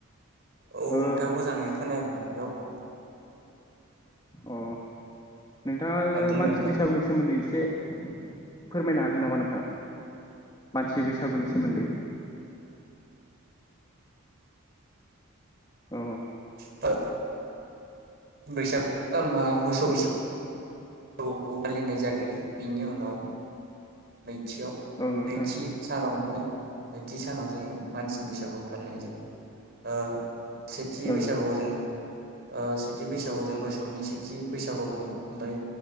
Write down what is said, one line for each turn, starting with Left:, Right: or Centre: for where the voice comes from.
Right: औ
Left: ओ
Right: नोंथाङा मोजाङै खोनायाखै नों रावखौ।
Left: औ। नोंथाङा
Right: बुंलाय
Left: मानसि बैसागुनि सोमोन्दै एसे औ‌ फोरमायनो हागोन नामा नोंथां मानसि बैसागुनि सोमोन्दै। औ
Right: आ बैसाग ओ मा मोसौ बैसाग फोर <inaudible> खौ फालिनाय जाग्रोयो बिनि उनाव नैथियाव
Left: ओं नोंथां
Right: नैथि सानाव माने नैथि सानाव जोङो मानसिनि बैसागुखौ फालिनाय जायो ओ। सेथि
Left: ओं
Right: बैसागुआव
Left: ओं
Right: जोङो ओ सेथि बैसागुआव जों मोसौनि सेथि बैसागु बुङो ओमफ्राय